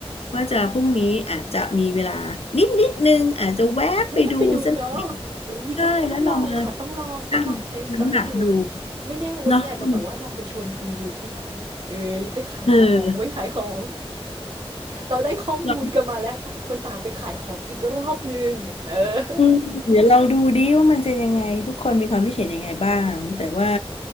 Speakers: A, on the left; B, on the right.
A: ว่าจะพรุ่งนี้อาจจะมีเวลานิดนิดนึงอาจจะแวะไปดูสักหน่อย
B: แวะไปดูเนาะเอ๊ยต้องต้องลองค่ะต้องลองต้องลอง
A: ใช่แล้วเรามาชั่งน้ำหนักดู
B: Test Drive ดูไม่แน่วันนี้อาจจะแบบว่าลองไปชวนคุยดูที่บ้านเอ๊ยไปขายของไว้ขายของ
A: เนาะว่ามันเออ
B: เราได้ข้อมูลกันมาแล้วต่างคนต่างไปขายของอีกรอบหนึ่งเออ
A: เราอืมเดี๋ยวเรงดูดิว่ามันจะยังไงทุกคนมีความคิดเห็นยังไงบ้างแต่ว่า